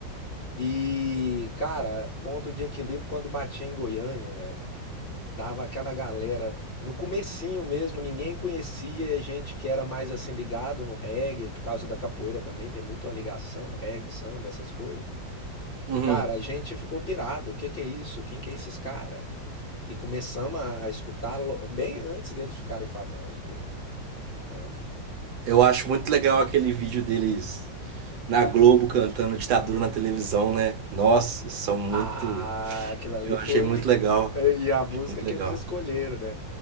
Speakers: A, on the left; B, on the right.
A: E, cara, Ponto de Equilíbrio quando batia em Goiânia, velho. Dava aquela galera no comecinho mesmo, ninguém conhecia, e a gente que era mais assim ligado no reggae, por causa da capoeira também tem muito uma ligação, reggae, samba, essas coisas.
B: Uhum.
A: Cara, a gente ficou pirado. O que que é isso? Quem que é esses cara? E começamos a, a escutar lo- bem antes deles ficarem famosos mesmo, né?
B: Eu acho muito legal aquele vídeo deles na Globo cantando ditadura na televisão, né? Nossa, são muito.
A: Ah, aquilo ali
B: Eu
A: foi
B: achei muito legal.
A: e a música
B: Achei muito
A: que
B: legal.
A: eles escolheram, né?